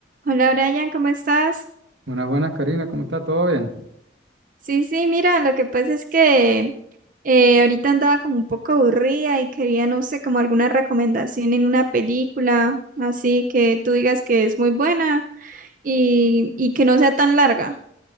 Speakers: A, on the right (about 45°); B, on the right (about 75°).
A: Hola Brian, ¿cómo estás?
B: Buenas, buenas, Karina, ¿cómo está? ¿Todo bien?
A: Sí, sí, mira, lo que pasa es que eh, ahorita andaba como un poco aburrida y quería, no sé, como alguna recomendación en una película, así que tú digas que es muy buena y, y que no sea tan larga.